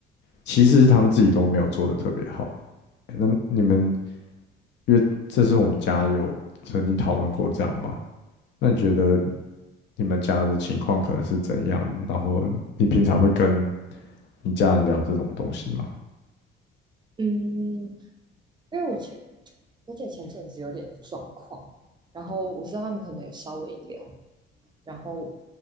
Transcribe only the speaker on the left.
其实他们自己都没有做的特别好。那你们，因为这是我们家有曾经讨论过这样吗？那你觉得你们家的情况可能是怎样？然后你平常会跟你家人聊这种东西吗？